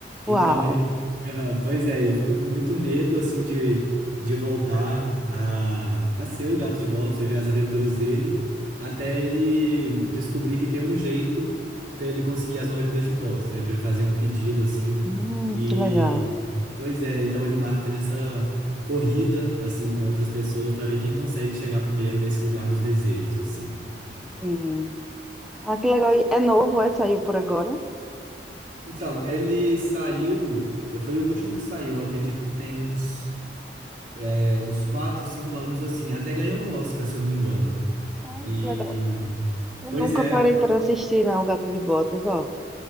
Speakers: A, on the right (about 50°); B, in the centre.
A: Então,
B: Uau.
A: ele fica. <laughs> Pois é, ele fica com muito medo, assim, de, de voltar a, a ser o gato de botas, viver as aventuras dele, até ele descobrir que tem um jeito pra ele conseguir as nove vidas de volta, né? Pra ele fazer um pedido, assim.
B: Hum,
A: e
B: que legal.
A: Pois é, então ele embarca nessa corrida, assim, com outras pessoas para ver quem consegue chegar primeiro nesse lugar dos desejos, assim.
B: Sim. Ah, que legal. E É novo, é? Saiu por agora?
A: Então, ele saiu, foi o último que saiu, eu acredito que tem uns, é, uns 4 5 anos, assim. Até ganhou um Oscar, se eu não me engano.
B: Ah,
A: E,
B: que legal. Eu
A: pois
B: nunca
A: é,
B: parei para assistir, não, Gato de Botas, ó.